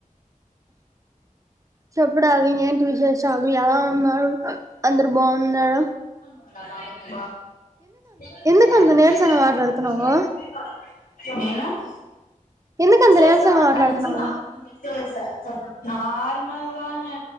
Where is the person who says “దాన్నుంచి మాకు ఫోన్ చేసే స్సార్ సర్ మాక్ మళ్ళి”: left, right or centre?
Left